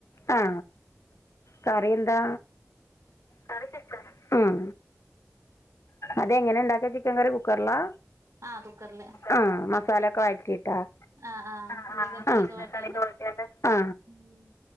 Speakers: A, on the left; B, on the right.
A: ആ കറി എന്താ കറി ചിക്കൻ ഉം അത് എങ്ങനെ ഇണ്ടാക്ക ചിക്കൻ കറി കുക്കറിലാ
B: ആഹ് കുക്കറില്
A: ആ മസാല ഒക്കെ വഴറ്റിട്ടാ
B: ആഹ് ആഹ്
A: ആ
B: ഉള്ളിം തക്കാളിയൊക്കെ
A: ആ ചിക്കൻ
B: വാട്ടിയാണ്ട്
A: കറി വയ്ക്കാണ്ട് ആ
B: ഉം